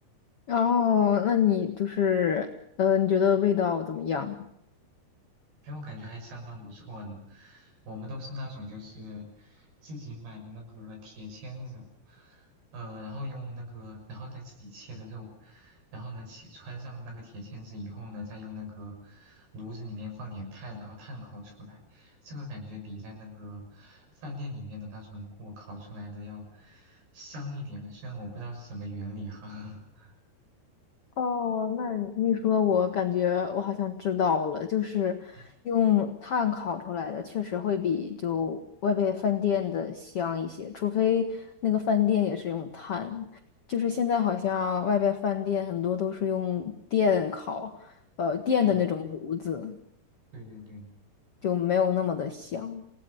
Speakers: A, on the left; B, on the right.
A: 哦，那你就是，嗯，你觉得味道怎么样？
B: 哎，我感觉还相当不错呢。我们都是那种就是自己买的那个铁签子，呃，然后用那个，然后再自己切的肉，然后呢，切穿上那个铁签子以后呢，再用那个炉子里面放点炭，然后炭烤出来，这个感觉比在那个饭店里面的那种火烤出来的要香一点。虽然我不知道是什么原理哈。<laughs>
A: 哦，那你一说，我感觉我好像知道了，就是用炭烤出来的，
B: 嗯
A: 确实会比就外边饭店的香一些，除非那个饭店也是用炭。就是现在好像外边饭店很多都是用电烤，呃，电的那种炉子，
B: 嗯，对对对。
A: 就没有那么的香。